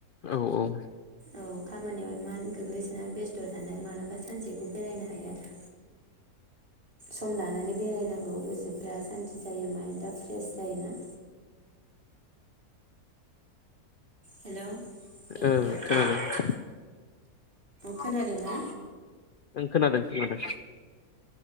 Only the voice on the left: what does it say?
औ औ
ओ
खोनादों।
<unintelligible>
ओं खोनादों। खोनादों।